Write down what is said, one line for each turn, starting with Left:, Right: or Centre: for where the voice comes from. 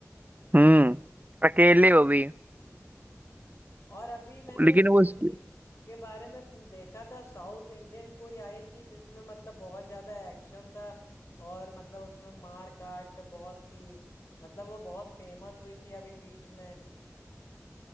Right: हम्म अकेले वो भी
Left: और अभी मैंने
Right: लेकिन
Left: एक मूवी
Right: वो उसकी
Left: के बारे में देखा था साउथ इंडियन कोई आई थी जिसमें मतलब बहुत ज्यादा एक्शन था और मतलब उसमें मार काट बहुत थी मतलब वो बहुत फेमस हुई थी अभी बीच में